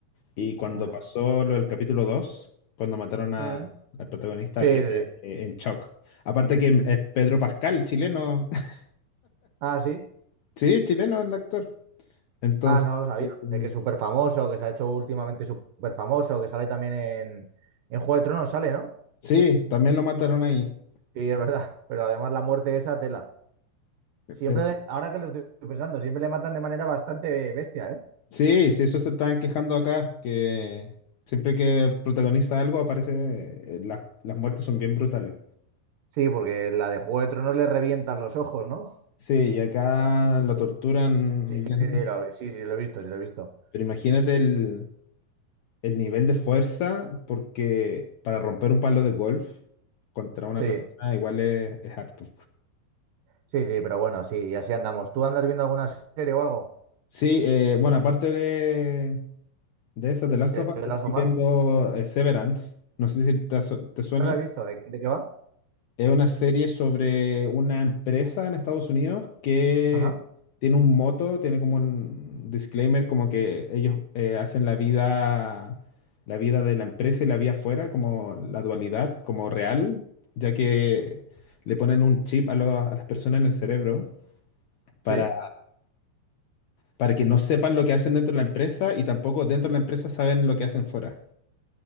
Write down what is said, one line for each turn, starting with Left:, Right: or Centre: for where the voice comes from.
Left: Y cuando
Right: Mm.
Left: pasó lo del capítulo 2, cuando mataron a-
Right: Mm.
Left: al protagonista,
Right: Sí,
Left: quedé
Right: sí, sí.
Left: eh, en shock. Aparte que es Pedro Pascal, chileno. <laughs>
Right: Ah, sí.
Left: Sí, chileno el actor. Entonces,
Right: Ah, no lo sabía.
Left: eh,
Right: Sé que es súper famoso, que se ha hecho últimamente súper famoso, que sale también en, en Juego de Tronos, sale, ¿no?
Left: sí, también lo mataron ahí.
Right: Sí, es verdad. <laughs> Pero además la muerte esa tela. Siempre,
Left: Era-
Right: le- ahora que lo estoy pensando, siempre le matan de manera bastante bestia, ¿eh?
Left: Sí, sí, eso se estaban quejando acá, que siempre que protagoniza algo aparece, eh, las las muertes son bien brutales.
Right: Sí, porque la de Juego de Tronos le revientan los ojos, ¿no?
Left: Sí, y acá la torturan
Right: Sí,
Left: bien.
Right: sí, sí, lo, sí, sí, lo he visto, sí, lo he visto.
Left: Pero imagínate el, el nivel de fuerza, porque para romper un palo de golf contra una
Right: Sí,
Left: persona igual es, es harto.
Right: sí, sí, pero bueno, sí, y así andamos. ¿Tú andas viendo alguna serie o algo
Left: Sí, eh, bueno, aparte de, de eso de Last
Right: de,
Left: of Us,
Right: de las
Left: estoy
Right: sofás?
Left: viendo eh, Severance. No sé si te, su- te suena.
Right: No la he visto, ¿de, de qué va?
Left: Es una serie sobre una empresa en Estados Unidos que
Right: Ajá,
Left: tiene un moto, tiene como un disclaimer, como que ellos eh, hacen la vida, la vida de la empresa y la vida afuera, como la dualidad, como real, ya que le ponen un chip a, lo- a las personas en el cerebro para,
Right: sí.
Left: para que no sepan lo que hacen dentro de la empresa y tampoco dentro de la empresa saben lo que hacen fuera.